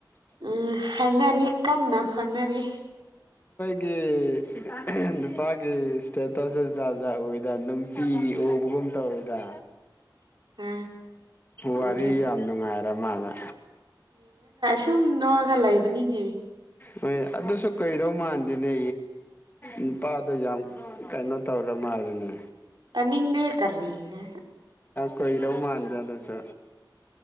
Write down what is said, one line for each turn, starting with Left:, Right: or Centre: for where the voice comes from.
Right: ꯑ ꯍꯅꯔꯤ ꯀꯥꯟꯅ ꯍꯅꯔꯤ
Left: ꯑꯩꯒꯤ ꯀꯄꯥꯒꯤ ꯏꯁꯇꯦꯇꯁ ꯖꯥꯠ ꯖꯥꯠ ꯑꯣꯏꯗ ꯅꯨꯡꯇꯤꯒꯤ ꯎꯕꯒꯨꯝ ꯇꯧꯔꯣꯏꯗ
Right: ꯑ
Left: ꯋꯥꯔꯤ
Right: ꯎꯔ
Left: ꯌꯥꯝ ꯅꯨꯡꯉꯥꯏꯔꯦ ꯃꯥꯅ
Right: ꯁꯨꯝ ꯅꯣꯛꯑꯒ ꯂꯩꯕꯅꯤꯅꯦ
Left: ꯍꯣꯏ ꯑꯗꯨꯁꯨ ꯀꯩꯗꯧ ꯃꯥꯥꯟꯗꯦꯅꯦ ꯅꯨꯄꯥꯗꯣ ꯌꯥꯝ ꯀꯩꯅꯣ ꯇꯧꯔ ꯃꯥꯜꯜꯂꯤꯅꯦ
Right: ꯇꯅꯤꯡꯅꯦꯦ ꯀꯔꯤꯅꯦ
Left: ꯀꯣꯏꯗꯧ ꯃꯥꯟꯗꯗ ꯁ